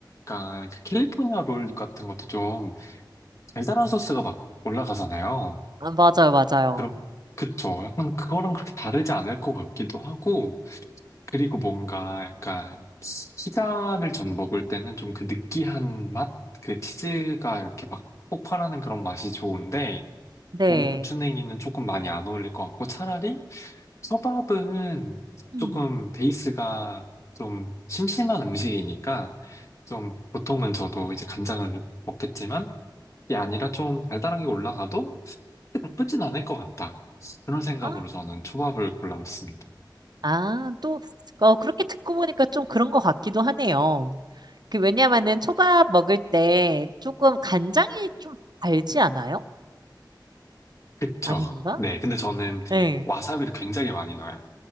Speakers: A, on the left; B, on the right.
A: 약간 그 캘리포니아 롤 같은 것도 좀 달달한 소스가 막 올라가잖아요.
B: 아, 맞아요, 맞아요.
A: 그렇, 그쵸. 약간 그거랑 그렇게 다르지 않을 것 같기도 하고, 그리고 뭔가 약간 피자를 전 먹을 때는 좀 그 느끼한 맛? 그 치즈가 이렇게 막 폭발하는 그런 맛이 좋은데,
B: 네.
A: 고기 고추냉이는 조금 많이 안 어울릴 것 같고, 차라리 초밥은
B: 음.
A: 조금 베이스가 좀 심심한 음식이니까, 좀 보통은 저도 이제 간장을 먹겠지만, 게 아니라 좀 달달하게 올라가도 그렇게 나쁘진 않을 것 같다. 그런 생각으로
B: 아,
A: 저는 초밥을 골라봤습니다.
B: 아, 또, 어, 그렇게 듣고 보니까 좀 그런 것 같기도 하네요. 그, 왜냐면은 초밥 먹을 때 조금 간장이 좀 달지 않아요?
A: 그쵸?
B: 아닌가?
A: 네, 근데 저는
B: 네.
A: 와사비를 굉장히 많이 넣어요.